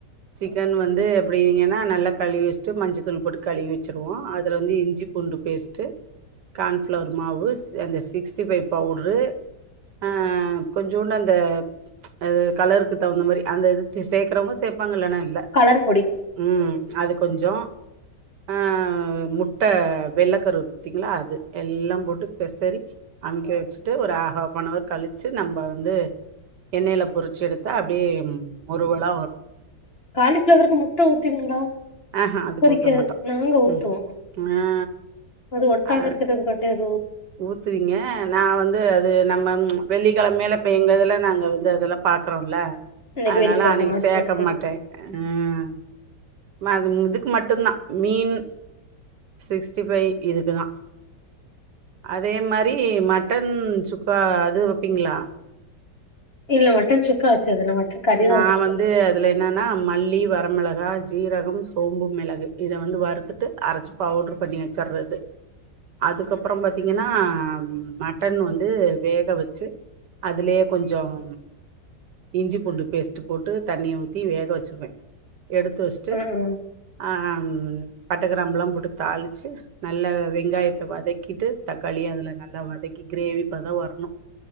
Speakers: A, on the right; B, on the left.
A: சிக்கன் வந்து எப்படிங்கன்னா நல்லா கழுவி வச்சுட்டு மஞ்ச தூள் போட்டு கழுவி வச்சிருவோம் அதுல வந்து இஞ்சி பூண்டு பேஸ்ட்டு கான்பிளவர் மாவு அந்த சிக்ஸ்டிஃபைவ் பவுடரு அஹ் கொஞ்சோண்டு அந்த ப்ச் கலருக்கு தகுந்த மாதிரி அந்த இ சேர்க்கறவங்க ப்பங்கள இல்ல
B: கலர் பொடி
A: உம் அது கொஞ்சோ ஆஹ் முட்டை வெள்ளைக்கருவு பாத்தீங்களா அது எல்லாம் போட்டு பெசறி அமைக்க வச்சுட்டு ஒரு ஆ ஹாப்பன்வர் கழிச்சு நம்ம வந்து எண்ணெயில பொரிச்சு எடுத்த அப்படியே முருவலா வரும்
B: காலிஃப்ளவருக்கு முட்ட ஊத்துவீங்களா
A: ஆஹா அதுக்கு
B: பொரிக்க
A: ஊத்த மாட்டோ
B: நாங்க ஊத்துவோ
A: ம் ஆ
B: அது ஒட்டாம
A: அது
B: இருக்கிறதுக்கு பண்டது
A: ஊத்துவீங்க நான் வந்து அது நம்ம வெள்ளிக்கிழமலே பேய்யங்குறதுல நாங்கள் வந்து அதெல்லாம் பாக்குறோம்ல
B: இன்னைக்கு
A: அதனால
B: வெள்ளிக்கிழம
A: அன்னைக்கு
B: ஆ
A: சேக்க
B: சேரி சேரி
A: மாட்டே உம் ம இதுக்கு மட்டும்தா மீன் சிக்ஸ்டி ஃபைவ் இதுக்குதான் அதே மாரி மட்டன் சுக்கா அது வைப்பீங்களா
B: இல்ல மட்டன் சுக்கா வச்சதுல்ல மட்டன் கறிதா
A: நான்
B: வச்சிருக்கோ
A: வந்து அதுல என்னன்னா மல்லி வரமெளக கா ஜீரகம் சோம்பு மிளகு இதை வந்து வறுத்துட்டு அரைச்சு பவுடரு பண்ணி வச்சறது அதுக்கப்புறோ பாத்தீங்கன்னா மட்டன் வந்து வேக வச்சு அதுலயே கொஞ்சம் இ்ஞ்சி பூண்டு பேஸ்ட் போட்டு தண்ணியை ஊத்தி வேக வச்சருவே எடுத்து வச்ட்டு
B: ஆ ஆ
A: ஆ உம் பட்டைக்கிரம்புலாம் போட்டு தாளிச்சு நல்லா வெங்காயத்தை வதக்கிட்டு தக்காளி அதுல நல்லா வதக்கி கிரேவிப்பதம் வரணும்